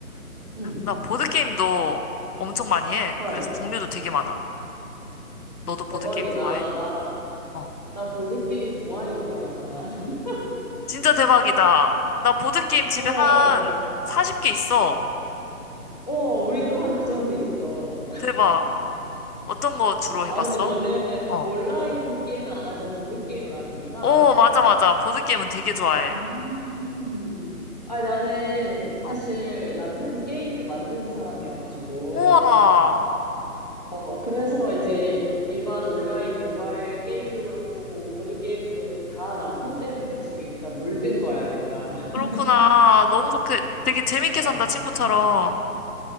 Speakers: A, on the left; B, on the left.
A: 응,
B: 나 보드게임도 엄청 많이 해.
A: 헐,
B: 그래서 종류도 되게 많아. 너도
A: 대박이다.
B: 보드게임 좋아해?
A: 나,
B: 어.
A: 나 보드게임 동아리 운영하잖아. <laughs>
B: 진짜 대박이다. 나 보드게임 집에
A: 어,
B: 한 40개 있어.
A: 어, 우리 또 한 그 정도 있어.
B: 대박. 어떤 거 주로
A: 아,
B: 해봤어?
A: 근데 너는
B: 어.
A: 온라인 게임은 안 하지만 보드게임을 하는구나.
B: 오, 맞아, 맞아. 보드게임은 되게 좋아해.
A: 음. 아니, 나는 사실
B: 어.
A: 남편이 게임을 만드는 사람이어가지고,
B: 우와,
A: 어, 그래서 이제 일반 온라인 모바일 게임도 그렇고, 보- 보드 게임도 그렇고, 다 남편 때문에 지금 이렇게 다 물든 거야, 내가. <laughs>
B: 그렇구나. 너무 좋게, 되게 재밌게
A: 어, 어.
B: 산다, 친구처럼.